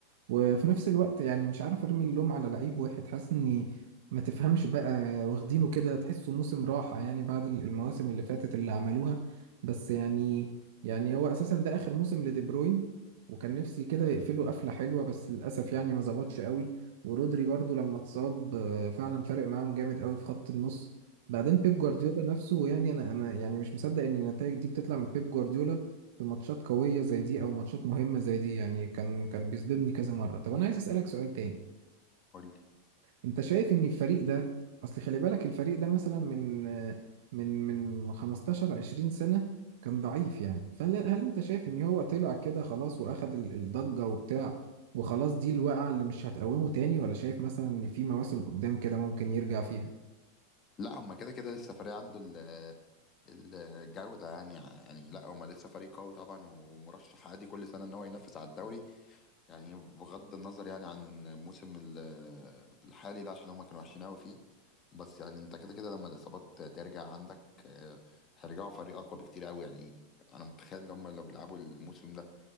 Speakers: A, on the right; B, on the left.
A: وفي نفس الوقت يعني مش عارف ارمي اللوم على لعيب واحد حاسس اني ما تفهمش بقى واخدينه كده تحسه موسم راحة يعني بعد ال- المواسم اللي فاتت اللي عملوها بس يعني يعني هو اساسا ده اخر موسم لدي بروين وكان نفسي كده يقفله قفلة حلوة بس للاسف يعني ما ظبطش قوي ورودري برضو لما اتصاب آه، فعلا فارق معاهم جامد قوي في خط النص بعدين بيب جوارديولا نفسه يعني انا انا يعني مش مصدق ان النتائج دي بتطلع من بيب جوارديولا في ماتشات قوية زي دي أو ماتشات مهمة زي دي يعني كان كان بيصدمني كذا مرة طب أنا عايز أسألك سؤال تاني
B: نعم.
A: أنت شايف إن الفريق ده أصل خلي بالك الفريق ده مثلا من من من 15 20 سنة كان ضعيف يعني فهل أنت شايف إن هو طلع كده خلاص وأخد ال- الضجة وبتاع وخلاص دي الوقعة اللي مش هتقومه تاني ولا شايف مثلا إن في مواسم قدام كده ممكن يرجع فيها؟
B: لا هما كده كده لسه فريق عنده ال- ال- الجودة يعني يعني لا هما لسه فريق قوي طبعا ومرشح عادي كل سنة ان هو ينافس على الدوري يعني بغض النظر يعني عن الموسم ال- الحالي ده عشان هما كانوا وحشين قوي فيه بس يعني انت كده كده لما الإصابات ترجع عندك آه، هيرجعوا فريق أقوى بكتير قوي يعني انا متخيل ان هما لو بيلعبوا الموسم ده